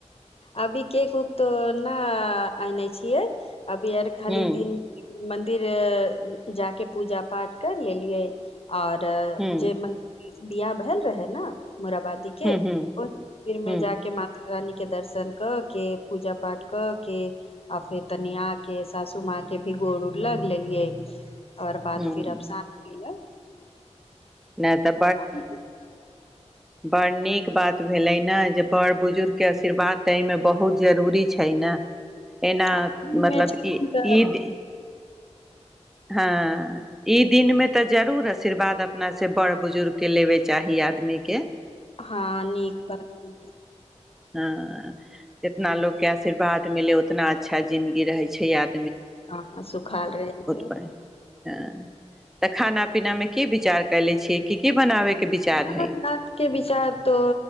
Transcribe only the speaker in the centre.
हूँ
हूँ
हूँ
हूँ
हूँ
हूँ
नहि तऽ
बरनीक बात भेलै ने जे बड़ बुजुर्ग केँ आशीर्वाद तऽ एहिमे बहुत जरूरी छैक ने। एना
मतलब
ई
ईद- हँ ई दिनमे तऽ जरूर आशीर्वाद अपनासँ बड़ बुजुर्गकेँ लेबय चाही आदमीकेँ।
हँ जितना लोग केँ आशीर्वाद मिलय उतना अच्छा जिन्दगी रहय छैक
बढ़िया हँ तऽ खाना पीना में की विचार कले छियै की की बनाबे के विचार
हय